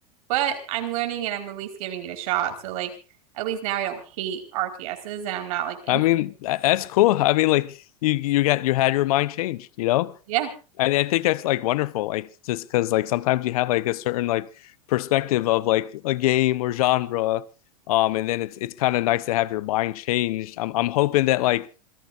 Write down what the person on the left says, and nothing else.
I mean, tha- that's cool.
I mean, like you you got you had your mind changed, you know?
And I think that's like wonderful. Like just because like sometimes you have like a certain like perspective of like a game or genre. Um, and then it's it's kind of nice to have your mind changed. I'm I'm hoping that like